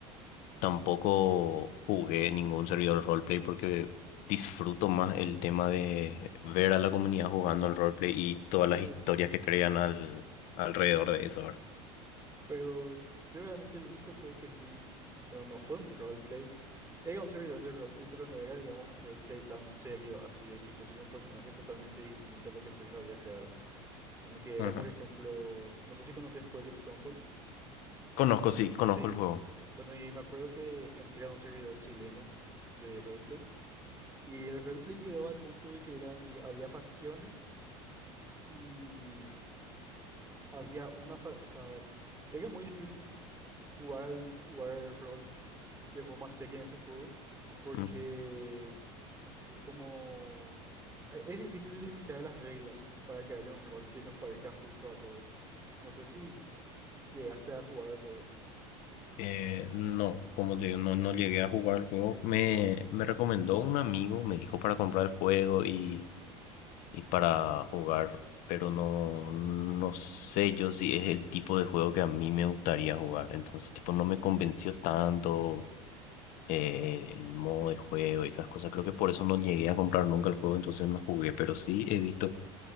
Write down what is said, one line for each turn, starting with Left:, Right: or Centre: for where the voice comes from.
Left: Tampoco jugué ningún servidor roleplay porque disfruto más el tema de ver a la comunidad jugando al roleplay y todas
Right: Sí,
Left: las historias que crean al, alrededor de eso, ¿verdad?
Right: Pero yo realmente el único juego que sí, bueno, no fue un roleplay. Era un servidor de roleplay, pero no era, digamos, un roleplay tan serio, así de que yo soy un personaje totalmente distinto a lo que soy en la vida real, sino que
Left: Ajá.
Right: era, por ejemplo, no sé si conoces Project Zomboid.
Left: Conozco, sí, conozco
Right: Sí,
Left: el juego.
Right: bueno, y me acuerdo que entré a un servidor chileno de roleplay, y el roleplay llegaba al punto de que era, diga- había facciones y había una, fa- o sea, era muy difícil jugar, jugar rol pues, de forma seria en ese juego, porque
Left: Mm.
Right: como e- es difícil limitar las reglas para que haya un rol que nos parezca justo a todos. No sé si llegaste a jugar al juego
Left: Eh, no, como te digo, no, no llegué a jugar el juego. Me, me recomendó un amigo, me dijo para comprar el juego y, y para jugar, pero no, no sé yo si es el tipo de juego que a mí me gustaría jugar. Entonces, tipo, no me convenció tanto. eh, el modo de juego y esas cosas. Creo que por eso no llegué a comprar nunca el juego, entonces no jugué, pero sí he visto